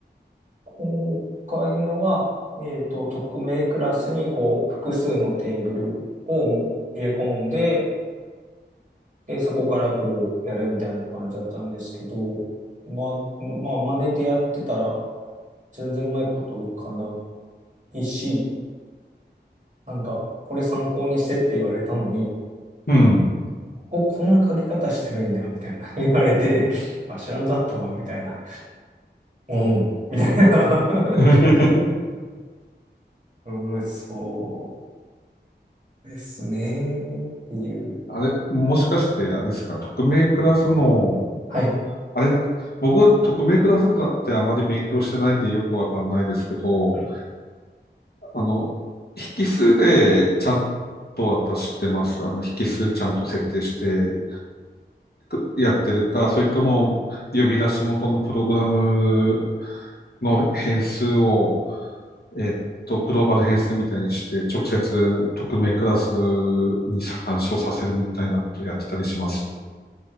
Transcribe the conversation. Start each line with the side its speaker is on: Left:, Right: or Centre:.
Right: 今回のは、えっと、匿名クラスに、こう、複数のテーブルをもう入れ込んで、で、そこからこう、やるみたいな感じだったんですけど、まあ、まあ、真似てやってたら、全然うまいこといかないし、なんか、これ参考にしてって言われたのに、
Left: うん。
Right: こここんな書き方してるんや、みたいな <laughs> 言われて、あ、知らんかったわ、みたいな。うん、みたいな
Left: <laughs>
Right: <laughs> うん、そうですね、っていう。
Left: あれ、もしかして、あれですか、匿名クラスの、
Right: はい。
Left: あれ、僕、匿名クラスだってあまり勉強してないんでよくわかんないですけど、
Right: はい
Left: あの、引数でちゃんと私知ってます。あの、引数ちゃんと設定して、くやってるか、それとも呼び出し元のプログラムの変数をえっと、グローバル変数みたいにして、直接匿名クラスに参照させるみたいなことやってたりします。